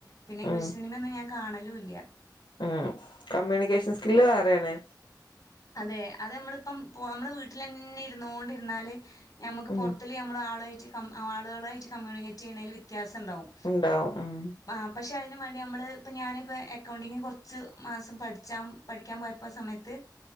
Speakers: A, on the left; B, on the left.
A: പിന്നെ ഇംഗ്ലീഷ്
B: ഉം
A: സിനിമയൊന്നും ഞാൻ കാണലൂല്ല
B: ഉം കമ്മ്യൂണിക്കേഷൻ സ്ക്കില്ല് അറിയണെ
A: അതെ അത് നമ്മളിപ്പം പോ നമ്മുടെ വീട്ടിലെന്നെ ഇരുന്നോണ്ടിരുന്നാല് ഞമ്മക്ക്
B: ഉം
A: പൊറത്ത്ള്ള ള് ഞമ്മള് ആളുവായിറ്റ് കം ആളുകളുവായിറ്റ് കമ്മ്യൂണിക്കേറ്റ് ചെയ്യണേല് വ്യത്യാസം ഇണ്ടാവും.
B: ഇണ്ടാവും ഉം
A: ആഹ് പക്ഷെ അതിനും വാണ്ടി നമ്മള് ഇപ്പോ ഞാനിപ്പോ എക്കൗണ്ടിങ്ങിന് കൊറ ച്ച് മാസം പഠിച്ചാം പഠിക്കാൻ പോയപ്പ സമയത്ത്